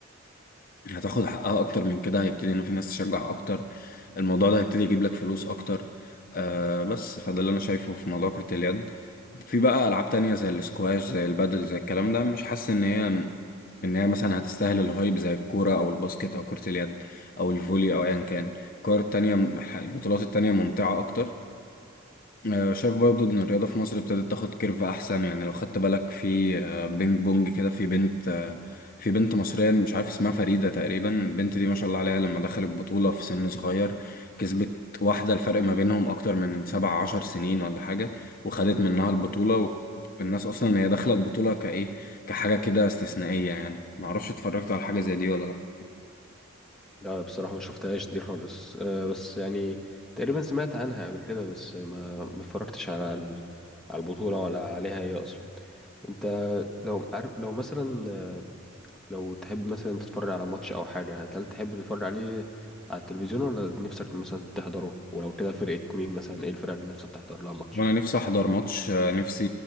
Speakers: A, on the left; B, in the centre.
A: هتاخد حقها اكتر من كده هيبتدي ان في ناس تشجع اكتر الموضوع ده هيبتدي يجيب لك فلوس اكتر آه بس فده اللي انا شايفه في موضوع كرة اليد في بقى العاب تانية زي الاسكواش زي البادل زي الكلام ده مش حاسس ان هي ان هي مثلا هتستاهل الهايب زي الكورة او الباسكت او كرة اليد او الفولي او ايا كان الكور التانية البطولات التانية ممتعة اكتر آه، شايف برضو ان الرياضة في مصر ابتدت تاخد كيرف احسن يعني لو خدت بالك في آه، بينج بونج كده في بنت آه، في بنت مصرية مش عارف اسمها فريدة تقريبا البنت دي ما شاء الله عليها لما دخلت بطولة في سن صغير كسبت واحدة الفرق ما بينهم اكتر من سبع عشر سنين ولا حاجة وخدت منها البطولة والناس اصلا هي داخلة البطولة كايه كحاجة كده استثنائية يعني معرفش اتفرجت على حاجة زي دي ولا لأ.
B: لا بصراحة ما شفتهاش دي خالص أه بس يعني تقريبا سمعت عنها قبل كده بس ما ما اتفرجتش على ال- على البطولة ولا عليها هي أصلا أنت لو عارف لو مثلا لو تحب مثلا تتفرج على ماتش أو حاجة هل تحب تتفرج عليه على التلفزيون ولا نفسك مثلا تحضره ولو كده فرقة مين مثلا إيه الفرقة اللي نفسك تحضر لها ماتش
A: وانا نفسي احضر ماتش آه، نفسي